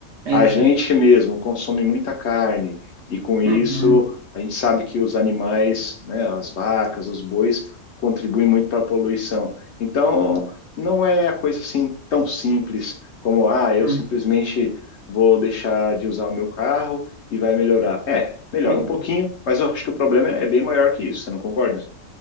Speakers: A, on the right (about 65°); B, on the left (about 60°).
A: exato.
B: A gente mesmo consome muita carne e com isso
A: Uhum,
B: a gente sabe que os animais, né, as vacas, os bois, contribuem muito para a poluição. Então, não é a coisa assim tão simples como, ah, eu
A: uhum,
B: simplesmente vou deixar de usar o meu carro e vai melhorar. É, melhora
A: uhum.
B: um pouquinho, mas eu acho que o problema é bem maior que isso, você não concorda?